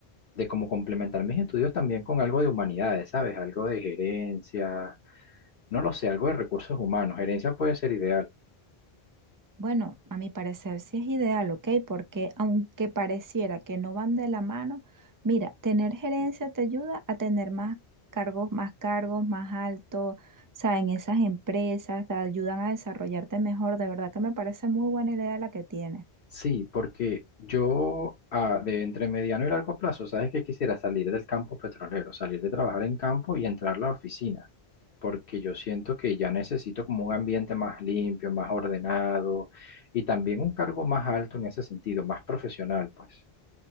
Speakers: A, on the left; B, on the right.
A: de cómo complementar mis estudios también con algo de humanidades, ¿sabes? Algo de gerencia, no lo sé, algo de recursos humanos. Gerencia puede ser ideal.
B: Bueno, a mi parecer sí es ideal, ¿ok? Porque aunque pareciera que no van de la mano, mira, tener gerencia te ayuda a tener más cargos, más cargos, más altos, o sea, en esas empresas te ayudan a desarrollarte mejor. De verdad que me parece muy buena idea la que tienes.
A: Sí, porque yo ah, de entre mediano y largo plazo, sabes que quisiera salir del campo petrolero, salir de trabajar en campo y entrar a la oficina, porque yo siento que ya necesito como un ambiente más limpio, más ordenado y también un cargo más alto en ese sentido, más profesional, pues.